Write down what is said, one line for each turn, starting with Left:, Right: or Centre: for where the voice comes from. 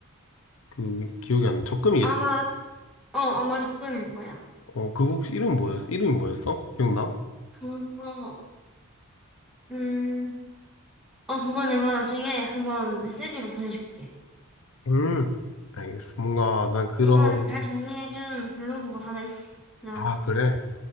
Left: 그, 기억이 안 나. 적금이겠지?
Centre: 아마, 어, 아마 적금일 거야.
Left: 어, 그거 혹시 이름 뭐였어? 이름이 뭐였어? 기억나?
Centre: 그거, 음, 어, 그거 내가 나중에 한번 메시지로 보내줄게.
Left: 음, 알겠어. 뭔가 난 그런,
Centre: 이거를 잘 정리해준 블로그가 하나 있어. 나,
Left: 아, 그래?